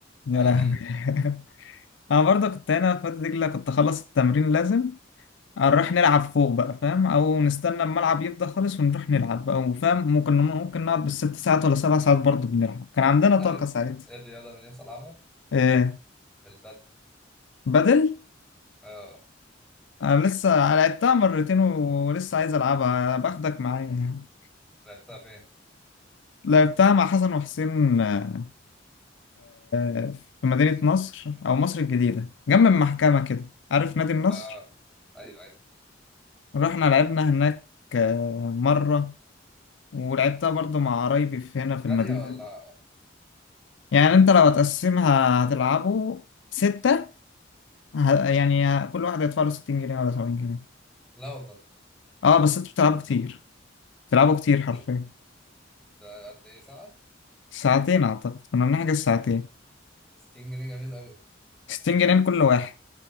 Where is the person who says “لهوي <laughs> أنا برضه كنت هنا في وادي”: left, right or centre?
Left